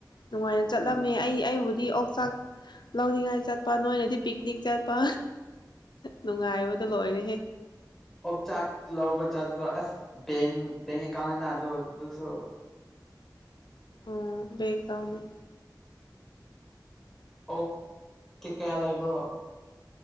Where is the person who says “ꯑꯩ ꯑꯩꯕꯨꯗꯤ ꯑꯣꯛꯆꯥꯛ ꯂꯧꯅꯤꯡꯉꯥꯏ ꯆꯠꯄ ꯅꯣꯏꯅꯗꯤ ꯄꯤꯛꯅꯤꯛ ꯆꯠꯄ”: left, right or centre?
Left